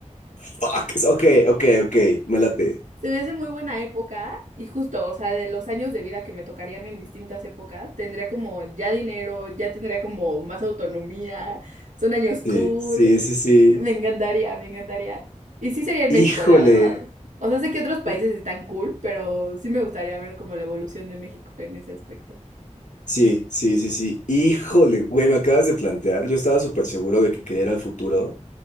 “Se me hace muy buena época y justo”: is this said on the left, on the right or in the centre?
Right